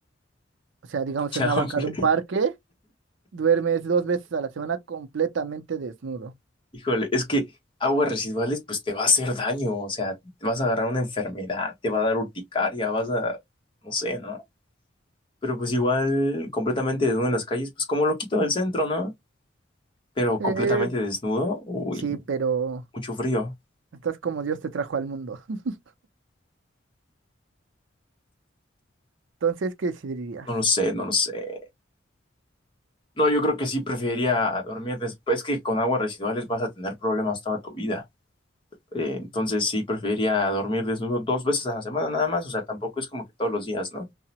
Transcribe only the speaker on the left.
<laughs>
Chamble.
Híjole, es que aguas residuales, pues te va a hacer daño. O sea, te vas a agarrar una enfermedad, te va a dar urticaria, vas a, no sé, ¿no? Pero pues igual, completamente desnudo en las calles, pues como lo quito del centro, ¿no? Pero
completamente desnudo, uy,
mucho frío.
No lo sé, no lo sé. No, yo creo que sí preferiría dormir después que con aguas residuales vas a tener problemas toda tu vida. Eh, entonces sí preferiría dormir desnudo dos veces a la semana nada más, o sea, tampoco es como que todos los días, ¿no?